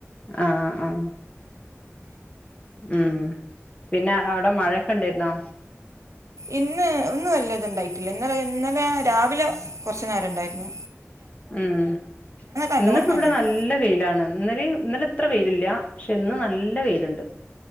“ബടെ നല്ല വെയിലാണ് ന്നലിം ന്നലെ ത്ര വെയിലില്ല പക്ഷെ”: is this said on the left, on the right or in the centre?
Left